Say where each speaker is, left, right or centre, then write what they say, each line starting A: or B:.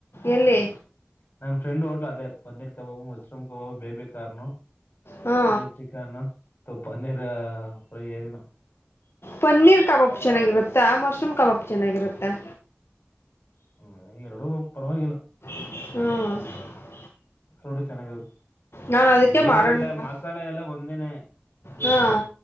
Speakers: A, on the left; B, on the left.
A: ಎಲ್ಲಿ
B: ನನ್ನ ಫ್ರಂಡ್ ಹೊಟ್ಲು ಅದೆ. Paneer kebab mushroom kebab baby corn.
A: ಹಾ
B: ಪನ್ನೀರ್ ಚಿಕನ್ ತು ಪನ್ನೀರ್ ಫ್ರೈ ಏನು.
A: ಪನ್ನೀರ್ ಕಬಾಬ್ ಚೆನ್ನಾಗಿರುತ್ತಾ ಮಶ್ರೂಮ್ ಕಬಾಬ್ ಚೆನ್ನಾಗಿರುತ್ತಾ-
B: ಹ ಎರಡು ಪರವಾಗಿಲ್ಲ
A: ಹ್ಮ್
B: ಎರಡು ಚೆನ್ನಾಗಿರುತ್ತೆ
A: ನಾನು ಅದಕ್ಕೆ
B: ಏನಿಲ್ಲ
A: ಮಾಡೋಣ
B: ಮಸಾಲೆ ಎಲ್ಲ ಒಂದೇನೆ.
A: ಹಾ.